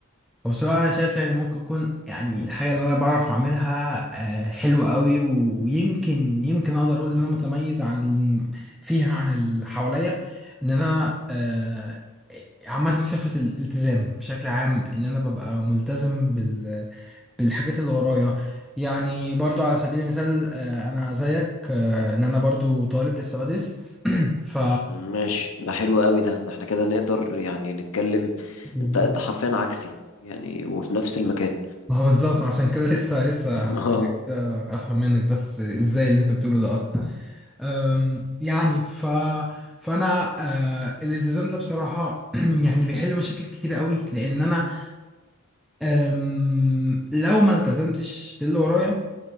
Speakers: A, in the centre; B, on the left.
A: وبصراحة أنا شايف يعني ممكن يكون يعني الحاجة اللي أنا بعرف أعملها آه، حلوة قوي ويمكن يمكن أقدر أقول إن أنا متميز عن ال- فيها عن اللي حواليا إن أنا آه، عامة صفة الالتزام بشكل عام إن أنا ببقى ملتزم بال بالحاجات اللي ورايا يعني برضو على سبيل المثال آه، أنا زيك آه، إن أنا برضو طالب لسه بدرس ف
B: ماشي ده حلو قوي ده ده احنا كده نقدر يعني نتكلم
A: بالظبط
B: انت انت حرفيا عكسي يعني وفي نفس المكان
A: ما هو بالظبط عشان كده لسه لسه
B: <laughs>
A: هسألك
B: اه
A: آه، افهم منك بس ازاي اللي انت بتقوله ده اصلا أم، يعني ف فانا آه، الالتزام ده بصراحة <clears throat> يعني بيحل مشاكل كتير قوي لان انا أم، لو ما التزمتش باللي ورايا